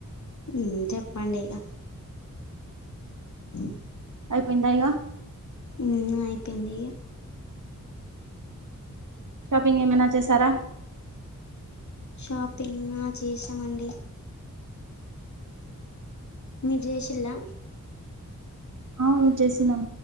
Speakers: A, on the left (about 60°); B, on the right (about 65°).
A: ఉమ్ చెప్పండి ఇగ అ
B: అయిపోయింద ఇగ?
A: ఉమ్ అయిపోయింది ఇగ.
B: షాపింగ్ ఏమైనా చేసారా?
A: షాపింగ్ ఆ చేసామండి. మీర్ జైషిల్లా?
B: అవును జెసినం,